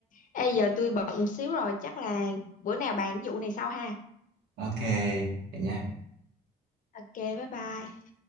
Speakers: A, on the left; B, on the right.
A: Ê giờ tôi bận xíu rồi chắc là bữa nào bàn cái vụ này sau ha
B: Ok, vậy nha.
A: ok bye bye